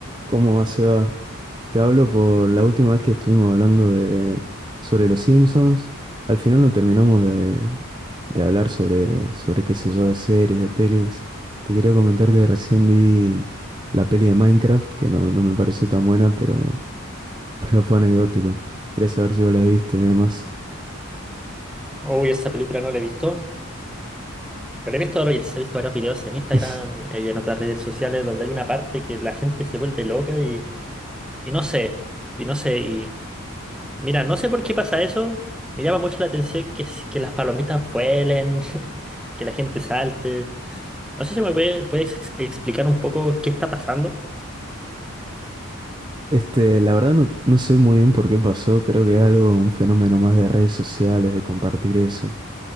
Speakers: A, on the right (about 20°); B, in the centre.
A: ¿Cómo va, Seba? Te hablo por la última vez que estuvimos hablando de, sobre los Simpsons. Al final no terminamos de, de hablar sobre, sobre qué sé yo, de series, de pelis. Te quería comentar que recién vi la peli de Minecraft, que no, no me pareció tan buena, pero, <laughs> pero fue anecdótico. Quería saber si vos la viste y demás.
B: Uy, esa película no la he visto, pero he visto Reels, he visto varios videos en Instagram
A: <laughs>
B: eh, y en otras redes sociales donde hay una parte que la gente se vuelve loca y, y no sé, y no sé, y mira, no sé por qué pasa eso, me llama mucho la atención que, s- que las palomitas vuelen, <laughs> que la gente salte, no sé si me puede- puedes ex- explicar un poco qué está pasando.
A: Este, la verdad no, no sé muy bien por qué pasó, creo que es algo, un fenómeno más de redes sociales, de compartir eso.